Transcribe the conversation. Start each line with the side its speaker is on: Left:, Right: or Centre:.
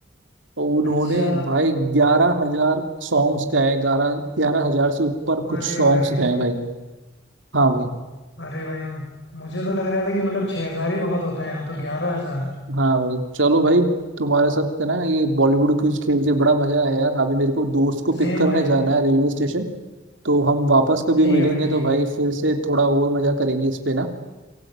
Right: तो उन्होंने
Left: अच्छा
Right: भाई ग्यारह हजार सॉन्ग्स गाए ग्यारह ग्यारह हजार से ऊपर
Left: अरे
Right: कुछ सॉन्ग्स
Left: भाई
Right: गाए भाई हाँ भाई
Left: अरे भाई मुझे तो लग रहा था कि मतलब छः हजार ही बहुत होता है यहाँ तो ग्यारह हजार
Right: हाँ भाई चलो भाई तुम्हारे साथ ना ये बॉलीवुड क्विज खेल के बड़ा मजा आया यार अभी मेरे को दोस्त को
Left: सेम
Right: पिक करने
Left: भाई
Right: जाना है रेलवे स्टेशन तो हम वापस कभी
Left: ठीक
Right: मिलेंगे
Left: है भाई ठीक
Right: तो भाई
Left: है
Right: फिर से थोड़ा और मजा करेंगे इस पे ना